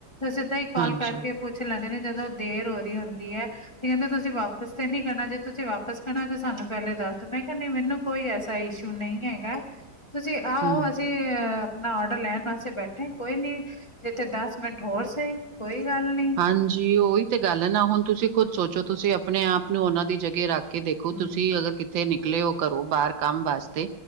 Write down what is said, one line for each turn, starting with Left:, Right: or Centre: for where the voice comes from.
Left: ਤਦੀ ਤੇ ਕਾਲ
Right: ਹਾਂਜੀ,
Left: ਕਰਕੇ ਪੁੱਛ ਲੈਂਦੇ ਨੇ, ਜਦੋਂ ਦੇਰ ਹੋ ਰਹੀ ਹੁੰਦੀ ਹੈ। ਤੇ ਕਹਿੰਦੇ ਤੁਸੀਂ ਵਾਪਸ ਤੇ ਨੀ ਕਰਨਾ। ਜੇ ਤੁਸੀਂ ਵਾਪਸ ਕਰਣਾ ਤੇ ਸਾਨੂੰ ਪਹਿਲੇ ਦੱਸ ਦੋ, ਮੈਂ ਕਿਆ ਨਹੀਂ ਮੈਨੂੰ। ਕੋਈ ਐਸਾ ਇਸ਼ੂ ਨਹੀਂ ਹੈਗਾ। ਤੁਸੀਂ ਆਓ।
Right: ਹੂੰ।
Left: ਅਸੀਂ ਅ ਆਪਣਾ ਔਡਰ ਲੈਣ ਵਸਤੇ ਬੈਠੇ ਹਾਂ, ਕੋਈ ਨੀ ਜਿਥੇ ਦਸ ਮਿੰਟ ਹੋਰ ਸਹੀ, ਕੋਈ ਗੱਲ ਨੀ।
Right: ਹਾਂਜੀ, ਉਹੀ ਤੇ ਗਾੱਲ ਹੈ ਨਾ ਹੁਣ ਤੁਸੀਂ ਖੁਦ ਸੋਚੋ ਤੁਸੀਂ ਆਪਣੇ ਆਪ ਨੂੰ ਉਹਨਾਂ ਦੀ ਜਗਾ ਰੱਖ ਕੇ ਦੇਖੋ
Left: ਹੂੰ
Right: ਤੁਸੀਂ ਅਗਰ ਕਿ- ਥੇ ਨਿਕਲੇ ਹੋ ਘਰੋ ਬਾਹਰ ਕੰਮ ਵਾਸਤੇ।